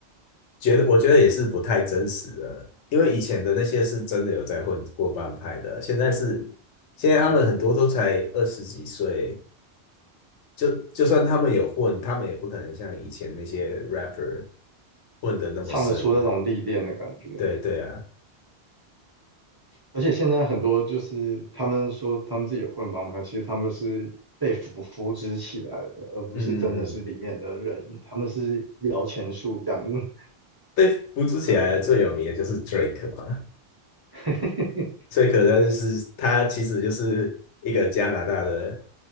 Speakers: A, on the left; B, on the right.
A: 觉得我觉得也是不太真实的，因为以前的那些是真的有在混过帮派的，现在是现在他们很多都才二十几岁，就就算他们有混，他们也不可能像以前那些 rapper 混的那么深。
B: 唱得出那种历练的感觉。
A: 对对啊，
B: 而且现在很多就是他们说他们自己有混帮派，其实他们是被扶扶植起来的，而不是真的是里面的人，
A: 嗯嗯嗯，
B: 他们是摇钱树这样子。
A: 被扶植起来最有名的就是
B: <laughs> 对啊，
A: Drake 嘛，
B: <laughs>
A: 最可能就是他其实就是一个加拿大的